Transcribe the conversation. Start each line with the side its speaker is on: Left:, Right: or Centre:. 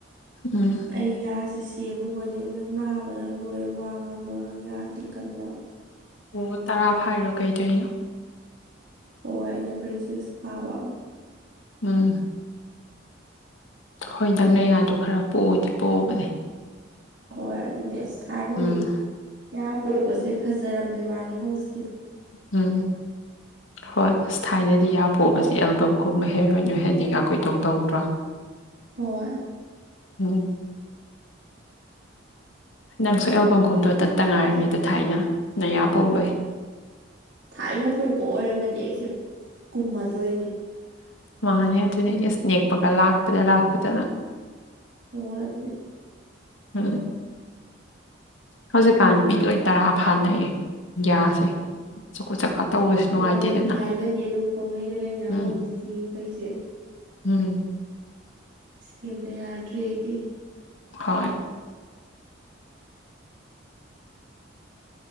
Left: ꯎꯝ
Right: ꯑꯩ ꯌꯥꯁ ꯁꯦꯝꯃꯨꯕꯅꯤ ꯑꯗꯨꯅ ꯅꯥꯕꯅ ꯂꯣꯏꯦ ꯋꯥ ꯉꯥꯡꯕꯒ ꯌꯥꯔꯗꯤ ꯀꯟꯅ
Left: ꯑꯣ ꯇꯔꯥ ꯐꯥꯏꯔꯣ ꯀꯩꯗꯣꯏꯅꯣ
Right: ꯍꯣꯏ ꯑꯩꯅ ꯕ꯭ꯔꯦꯁꯂꯦꯁ ꯐꯥꯕ
Left: ꯎꯝ ꯍꯣꯏ ꯅꯪꯅ ꯌꯥꯗꯣ ꯈꯔ ꯄꯣꯛꯑꯗꯤ ꯄꯣꯛꯑꯕꯅꯦ
Right: ꯍꯣꯏ ꯑꯗꯨꯅꯦ ꯑꯁ ꯊꯥꯏꯅꯗꯤ
Left: ꯎꯝ
Right: ꯌꯥ ꯄꯣꯕꯁꯦ ꯐꯖꯔꯝꯕꯩ ꯋꯥꯅꯤ ꯍꯧꯖꯤꯛ
Left: ꯎꯝ ꯍꯣꯏ ꯊꯥꯏꯅꯦ ꯁꯤ ꯌꯥ ꯄꯣꯁ ꯑꯦꯜꯕꯝꯒꯨꯝꯕ ꯍꯦꯔꯣꯏꯟ ꯑꯣꯏꯍꯟꯅꯤꯡꯉ ꯀꯣꯏꯇꯧ ꯇꯧꯗ꯭ꯔꯣ
Right: ꯍꯣꯏ
Left: ꯎꯝ ꯅꯪꯁꯨ ꯑꯦꯜꯕꯝꯒꯨꯝꯗꯣ ꯇꯠꯇ ꯉꯥꯏꯔꯝꯃꯤꯗ ꯊꯥꯏꯅ ꯅꯌꯥ ꯄꯧ ꯂꯣꯏ
Right: ꯊꯥꯏꯅ ꯄꯣꯛꯄ ꯑꯣꯏꯔꯝꯃꯗꯤ ꯑꯩꯁꯦ ꯀꯨꯝꯃꯗꯣꯏꯅꯤ
Left: ꯃꯥꯅꯦ ꯑꯗꯨꯅꯦ ꯑꯦꯁ ꯅꯦꯛꯄꯒ ꯂꯥꯛꯄꯗ ꯂꯥꯛꯄꯗꯅ
Right: ꯍꯣꯏ ꯑꯗꯨ ꯑꯗꯨꯅꯦ
Left: ꯎꯝ ꯍꯧꯖꯤꯛꯀꯥꯟꯗꯤ ꯃꯤ ꯂꯣꯏ ꯇꯔꯥ ꯐꯥꯅꯩꯌꯦ ꯒꯌꯥꯁꯦ ꯆꯀꯨꯠ ꯆꯀꯥ ꯇꯧꯕꯁꯨ ꯅꯨꯡꯉꯥꯏꯇꯦꯗꯅ
Right: ꯍꯣꯏ ꯍꯣꯏ ꯊꯥꯏꯅꯗꯤ ꯑꯗꯨꯝ ꯄꯪꯂꯩꯗ ꯂꯩꯅꯔꯝ
Left: ꯎꯝ
Right: ꯍꯧꯖꯤꯛꯇꯤꯅꯤ ꯃꯈꯩꯁꯦ
Left: ꯎꯝ
Right: ꯁꯤ ꯑꯦꯝꯇ ꯌꯥꯗ꯭ꯔꯤ ꯑꯩꯒꯤ
Left: ꯍꯣꯏ